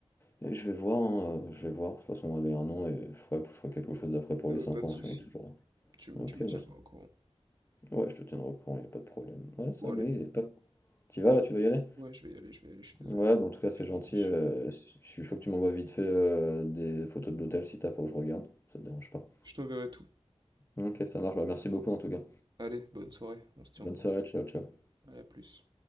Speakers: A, on the left; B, on the right.
A: et je vais voir, hein, euh, je vais voir. De toute façon, on avait un an et je ferai, je ferai quelque chose d'après pour
B: Ouais,
A: les
B: ouais,
A: 5
B: pas de
A: ans
B: souci.
A: si on est toujours
B: Tu, m-
A: là. Ok,
B: tu me
A: bah,
B: tiendras au courant.
A: Ouais, je te tiendrai au courant, y a pas de problème. Ouais, c'est
B: Bon,
A: vrai,
B: allez.
A: bonne idée. Top. T'y vas là, tu dois y aller?
B: Ouais, je vais y aller, je vais y aller, je suis désolé.
A: Ouais, bon, en tout cas, c'est
B: Je
A: gentil.
B: me dépêche.
A: euh, si- je suis chaud que tu m'envoies vite fait euh, des photos de l'hôtel si t'as pour que je regarde. Ça te dérange pas.
B: Je t'enverrai tout.
A: Ok, ça marche. Bah, merci beaucoup en tout cas.
B: Allez, bonne soirée, on se tient
A: Bonne
B: au courant.
A: soirée, ciao, ciao.
B: Allez, à plus.